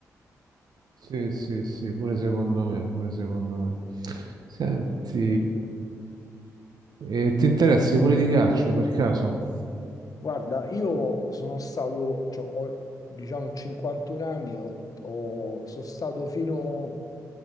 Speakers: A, on the right; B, on the left.
A: Sì, sì, sì, pure secondo me, pure secondo me. Senti, eh, ti interessi pure di calcio per caso?
B: Guarda, io sono stato, cioè, ho diciamo 51 anni, ho- ho- sono stato fino